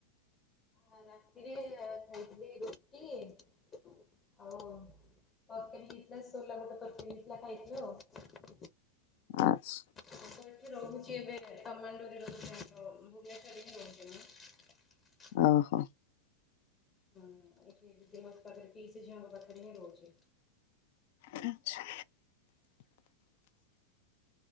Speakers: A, on the left (about 20°); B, on the left (about 50°).
A: ଆଉ ରାତିରେ ଅ ଖାଇଥିଲି ରୁଟି। ଅ ତ କେମିତି ହେଇଥିଲା ସୋଲାବୁଟ କରିଥିଲି ହେଇଥିଲା ଖାଇଥିଲ।
B: ଆଛ୍
A: ଆମ୍ ତ ଏଠି ରହୁଚି ଏବେ ତମାଣ୍ଡୋରେ ରହୁଚି ଆମର ଭୁବନେଶ୍ୱରରେ ହିଁ ରହୁଚି ମୁଁ।
B: ଅ ହ।
A: ହଁ ଏଠି <unintelligible> ପାଗରେ ପିଇସି ଝିଅଙ୍କ ପାଖରେ ହିଁ ରହୁଚି।
B: ଆଚ୍ଛା।